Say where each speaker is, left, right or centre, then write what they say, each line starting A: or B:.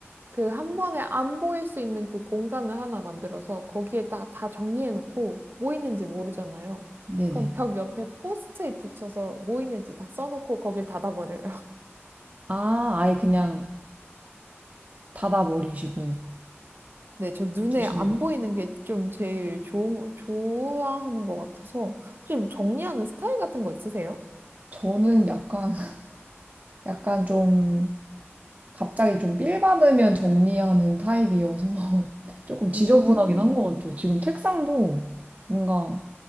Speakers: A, on the right; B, on the right.
A: 그 한 번에 안 보일 수 있는 그 공간을 하나 만들어서 거기에다가 다 정리해 놓고 뭐 있는지 모르잖아요.
B: 네네.
A: 그럼 벽 옆에 포스트잇 붙여서 뭐 있는지 다 써놓고 거길 닫아버려요.
B: 아, 아예 그냥 닫아버리시고.
A: 네, 저 눈에
B: 두시는
A: 안
B: 거예요?
A: 보이는 게 좀 제일 좋은, 좋아하는 것 같아서. 혹시 뭐 정리하는 스타일 같은 거 있으세요?
B: 저는 약간, <laughs> 약간 좀, 갑자기 좀 빌 받으면 정리하는 타입이어서 <laughs> 조금 지저분하긴
A: 음,
B: 한 것 같아요. 지금 책상도 뭔가